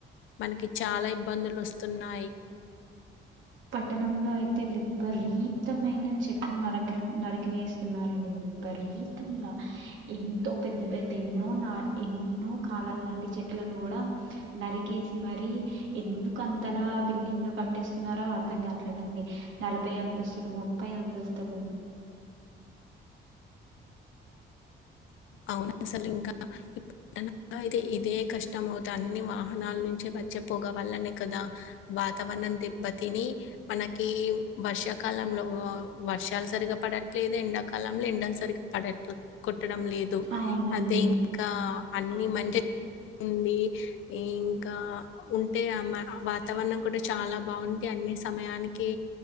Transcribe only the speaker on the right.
పట్టణంలో అయితే విపరీతమైన చెట్లు నరక నరికి వేస్తున్నారండి వి విపరీతంగా ఎంతో పెద్ద పెద్ద ఎన్నో నా ఎన్నో కాలాల నాటి చెట్ల కూడా నరికేసి మరి ఎందుకు అంతలా బిల్డింగ్లు కట్టేస్తున్నారు ఆ అర్ధం కాట్లేదండి నలభై అంతస్తులు ముప్పై అంతస్తులు
అవునండి